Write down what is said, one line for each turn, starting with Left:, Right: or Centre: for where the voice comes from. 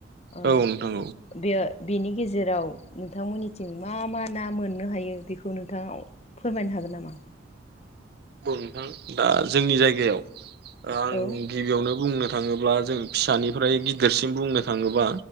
Left: ओ
Right: औ नोंथां औ
Left: बे बिनि गेजेराव नोंथांमोननिथिं मा मा ना मोननो हायो बिखौ नोंथाङाव फोरमायनो हागोन नामा?
Right: औ नोंथां दा जोंनि जायगायाव आं
Left: औ
Right: गिबियावनो बुंनो थाङोब्ला जों फिसानिफ्राय गिदिरसिम बुंनो थाङोबा